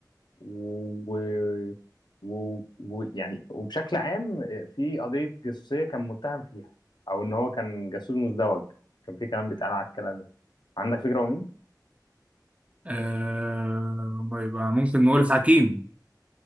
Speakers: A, on the left; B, on the right.
A: و... و... و... يعني وبشكل عام في قضية جاسوسية كان متهم فيها او ان هو كان جاسوس مزدوج كان في كلام بيتقال على الكلام ده عندك فكرة هو مين؟
B: آه، ما يبقى ممكن نقول حكيم